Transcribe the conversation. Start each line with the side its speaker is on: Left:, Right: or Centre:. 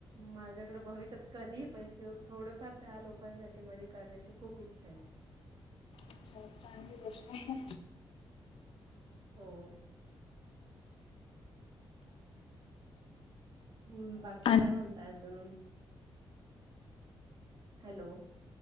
Right: माझ्याकडे भविष्यात कधी पैसे थोडेफार त्या लोकांसाठी माझी करण्याची खूप इच्छा हाय.
Left: अच्छा चांगली गोष्टय.
Right: हो. <unintelligible> मुम्म बाकी
Left: आणि
Right: काय म्हणताय अजून हॅलो